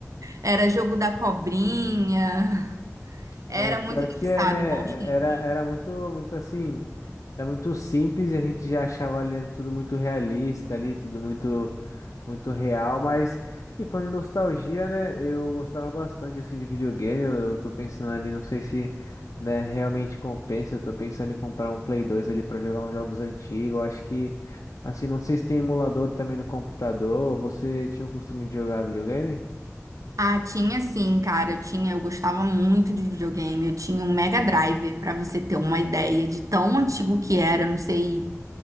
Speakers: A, on the right; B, on the left.
A: era jogo da cobrinha. Era
B: É, pior
A: muito engraçado,
B: que é, né? É,
A: bons tempos.
B: Era, era muito, muito assim... Era muito simples e a gente já achava ali né, tudo muito realista ali, tudo muito muito real, mas assim falando em nostalgia, né, eu gostava bastante assim de videogame. Eu, eu tô pensando ali, não sei se, né, realmente compensa. Eu tô pensando em comprar um Play 2 ali pra jogar uns jogos antigos. Eu acho que assim, não sei se tem emulador também no computador. Você tinha o costume de jogar videogame?
A: Ah, tinha sim, cara. Eu tinha, eu gostava muito de videogame. Eu tinha um Mega Drive, pra você ter uma ideia de tão antigo que era. Eu não sei